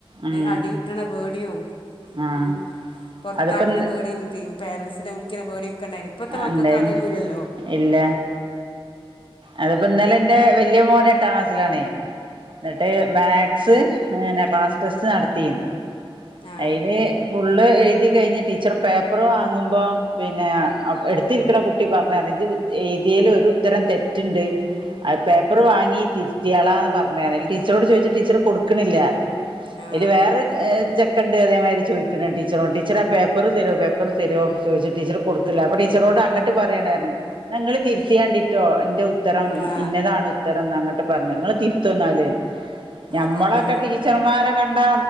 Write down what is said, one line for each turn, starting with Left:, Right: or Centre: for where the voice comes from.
Right: ഉം
Left: അടി കിട്ടണ പേഡിയവും
Right: ആഹ്
Left: ഉം പൊറത്താക്കണ
Right: അതിപ്പോ ഇന്ന്
Left: പേടിയും പേരൻസിനെ വി ചിന്തിക്കണ പേടിയൊക്കെ ഉണ്ടായിന് ഇപ്പത്തെ മക്കാക്ക്
Right: ഇണ്ടായിനി
Left: അതൊന്നുമല്ലല്ലോ
Right: ഇല്ല അതിപ്പോ ഇന്നലെ എന്റെ വല്യ മോന എട്ടാം ക്ലാസിലാണേ എന്നിട്ട് മാത്‍സ് പിന്നെ ക്ലാസ് ടെസ്റ്റ് നടത്തിന്ന്
Left: ആ ആ
Right: അതിൽ ഫുള്ള് എഴുതി കഴിഞ്ഞ് ടീച്ചർ പേപ്പർ വാങ്ങുമ്പോ പിന്നെ എടുത്തിരിക്കണ കുട്ടി പറഞ്ഞതണെങ്കിൽ ഏതിയൽ ഒരു ഉത്തരം തെറ്റുണ്ട് പേപ്പർ വാങ്ങി തിത്തിയാളാന്ന് പറഞ്ഞയാണ് ടീച്ചോട് ചോദിച്ച ടീച്ചർ കൊടുക്കണില്ല
Left: ആ
Right: അയിലെ വേറെ ഒരു ചെ കണ്ട് അതേമാതിരി ചോദിക്കുന്നുണ്ട് ടീച്ചറോട് ടീച്ചറേ ആ പേപ്പറ് തരുവോ പേപ്പറ് തരുവോ ചോദിട്ട് ടീച്ചർ കൊടുക്കില്ല അപ്പോ ടിച്ചറോട് അങ്ങോട്ട് പറയണമായണ് പറഞ്ഞ് ഞങ്ങള് തിർത്തിയേണ്ടിട്ടോ എന്റെ ഉത്തരം
Left: ആ
Right: ഇന്നതാണ് ഉത്തരന്ന് അങ്ങട്ട് പറ- പറഞ്ഞ് നിങ്ങള് തിർത്തുന്നാല്
Left: ആ
Right: ഞമ്മളൊക്കെ
Left: അതന്നെ
Right: ടീച്ചർമാരെ കണ്ടാ